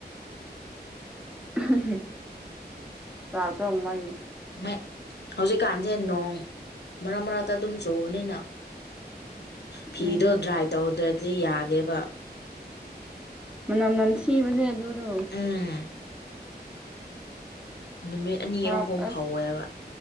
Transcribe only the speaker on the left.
ꯃꯥꯏ ꯍꯧꯖꯤꯛꯀꯥꯟꯁꯦ ꯅꯣꯡ ꯃꯔꯛ ꯃꯔꯛꯇ ꯑꯗꯨꯝ ꯆꯨꯕꯅꯤꯅ ꯐꯤꯗꯣ
ꯗ꯭ꯔꯥꯏ ꯇꯧꯔꯗ꯭ꯔꯗꯤ ꯌꯥꯗꯦꯕ
ꯎꯝ ꯅꯨꯃꯤꯠ ꯑꯅꯤ
ꯑꯍꯨꯝ
ꯐꯧꯋꯦꯕ